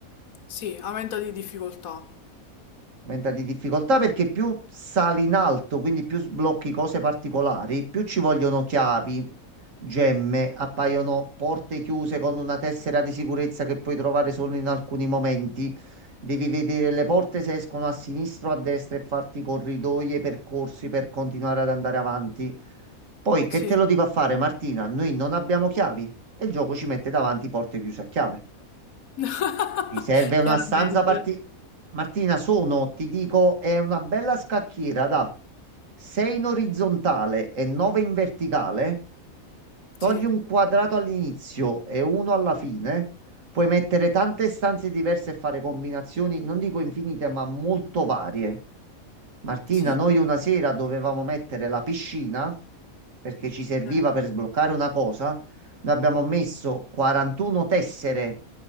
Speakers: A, on the left; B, on the right.
A: sì, aumento di difficoltà.
B: Aumenta di difficoltà perché più sali in alto, quindi più sblocchi cose particolari, più ci vogliono chiavi, gemme, appaiono porte chiuse con una tessera di sicurezza che puoi trovare solo in alcuni momenti. Devi vedere le porte se escono a sinistra o a destra e farti corridoi e percorsi per continuare ad andare avanti. Poi, che
A: Sì.
B: te lo dico a fare, Martina? Noi non abbiamo chiavi e il gioco ci mette davanti porte chiuse a chiave.
A: <laughs>
B: Ti serve una
A: Chiaramente.
B: stanza parti... Martina, sono, ti dico, è una bella scacchiera da 6 in orizzontale e 9 in verticale. Togli
A: Sì,
B: un quadrato all'inizio e uno alla fine, puoi mettere tante stanze diverse e fare combinazioni, non dico infinite, ma molto varie. Martina,
A: sì,
B: noi
A: sì,
B: una
A: sì.
B: sera dovevamo mettere la piscina perché ci serviva
A: Eh.
B: per sbloccare una cosa. Noi abbiamo messo 41 tessere,